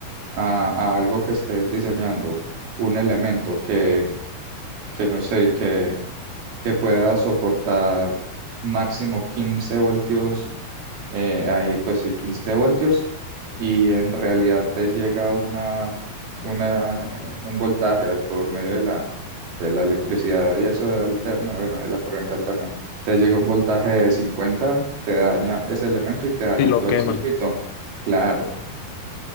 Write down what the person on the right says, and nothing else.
a, a algo que estés diseñando, un elemento que, que no sé, que, que pueda soportar máximo 15 voltios, eh, ahí pues sí, 15 voltios, y en realidad te llega una, una, un voltaje por medio de la, de la electricidad y eso alterna, bueno, de la corriente alterna, te llega un voltaje de 50 te daña ese elemento y te daña
todo
el circuito. Claro.